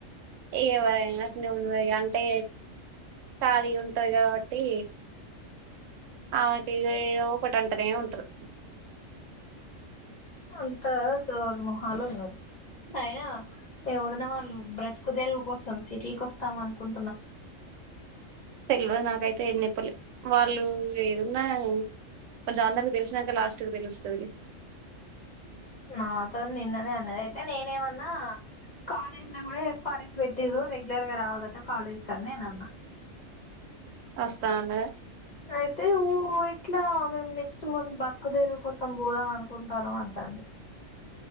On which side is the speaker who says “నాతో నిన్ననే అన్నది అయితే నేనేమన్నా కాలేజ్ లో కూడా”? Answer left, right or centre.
Left